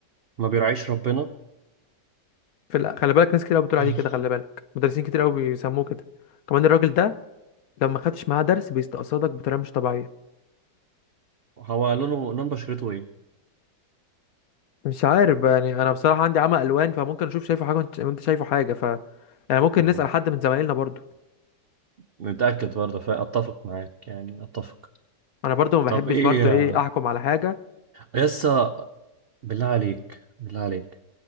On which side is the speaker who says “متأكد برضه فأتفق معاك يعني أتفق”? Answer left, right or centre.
Right